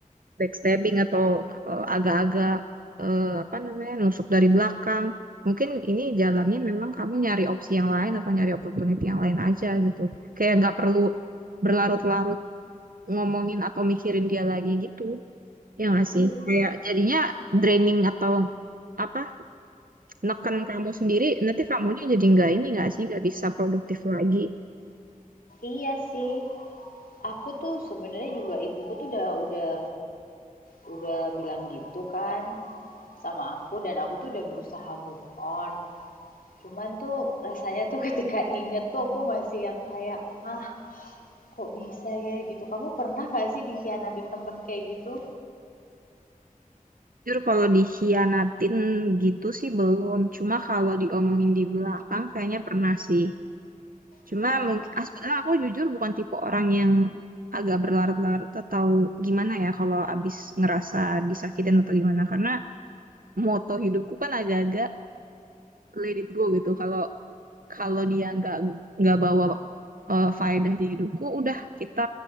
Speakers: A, on the right; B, on the left.
A: backstabbing atau eh, agak-agak eh, apa namanya nusuk dari belakang. Mungkin ini jalannya memang kamu nyari opsi yang lain atau nyari opportunity yang lain aja gitu. Kayak nggak perlu berlarut-larut ngomongin atau mikirin dia lagi gitu. Ya nggak
B: I-
A: sih? Kayak jadinya draining atau apa neken kamu sendiri nanti kamunya jadi nggak ini nggak sih nggak bisa produktif lagi.
B: iya sih, aku tuh sebenarnya juga ibuku tuh udah udah udah bilang gitu kan sama aku dan aku tuh udah berusaha move on. Cuman tuh rasanya tuh <laughs> ketika inget tuh aku masih yang kayak, hah kok bisa ya gitu. Kamu pernah gak sih dikhianati temen kayak gitu?
A: Jujur kalau dikhianatin gitu sih belum. Cuma kalau diomongin di belakang kayaknya pernah sih. Cuma
B: Hmm.
A: mungkin ah, sebenarnya aku jujur bukan tipe orang yang agak berlarut-larut atau gimana ya kalau abis ngerasa disakitin atau gimana karena moto hidupku kan agak-agak let it go gitu kalau kalau dia nggak nggak bawa eh, faedah di hidupku udah kita